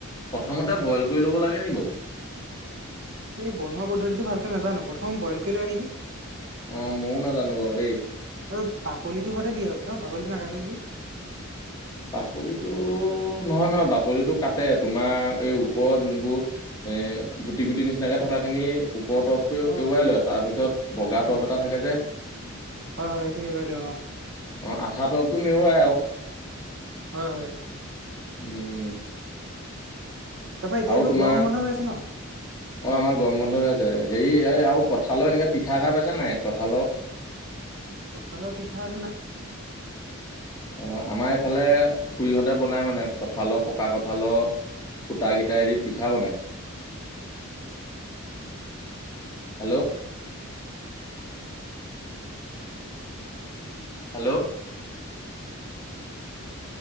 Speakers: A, on the left; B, on the right.
A: প্ৰথমতে বইল কৰি ল'ব লাগে নি বাও?
B: এই বনোৱা পদ্ধতিটো ভালকে নাজানো, প্ৰথম বইল কৰি লয় নেকি
A: অ ময়ো নাজানো বাৰু দেই
B: আৰু বাকলিটো সৈতে দিয়ে হপাই, বাকলিটো নাকাটে নেকি
A: বাকলিটো, নহয় নহয় বাকলিটো কাটে। তোমাৰ এই ওপৰৰ যোনবোৰ এ, গুটি গুটি নিচিনাকে থকাখিনি ওপৰত এৰুৱাই
B: অ
A: লয় তাৰপিছত বগা
B: সেইটোৱে
A: তৰপ এটা থাকে যে
B: হয় হয় এইটো এইবাৰ লৈ অ
A: অ' আঠা তৰপটো নেৰুৱাই আৰু।
B: হয় হয়।
A: উম।
B: তাৰপৰা এতিয়াতো
A: আৰু তোমাৰ
B: গৰম
A: অ'
B: বন্ধ হৈ আছে ন
A: আমাৰ গৰম বন্ধ হৈ আছে। হেৰি এই আৰু ক কঁঠালৰ এনেকা পিঠা খাইছে নাই কঁঠালৰ?
B: কঁঠালৰ পিঠাটো না
A: অ' আমাৰ এইফালে খুৰীহঁতে বনাই মানে কঠালৰ, পকা কঠালৰ ফুটাকিটাইদি পিঠা বনাই। হেল্ল'। হেল্ল'।